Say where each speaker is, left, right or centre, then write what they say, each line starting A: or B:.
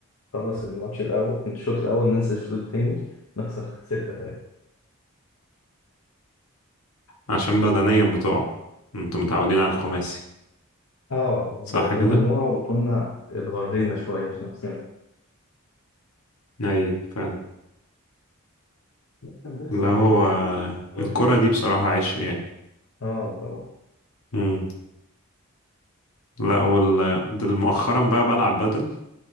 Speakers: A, on the left; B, on the left.
A: نخلص الماتش الأول الشوط الأول ننزل الشوط التاني نخسر ستة تلاتة
B: عشان بدنيا بتوعه انتوا متعودين على الخماسي
A: اه
B: صح
A: بدنيا
B: كده؟
A: بنوع وكنا اتغرينا شوية في نفسنا
B: ايوه فعلا
A: كان بيحصل
B: لا هو
A: بقى خناقات كتير وضرب
B: الكرة
A: كتير
B: دي بصراحة عشق يعني
A: اه طبعا
B: مم. لا وال ده مؤخرا بقى بلعب بدل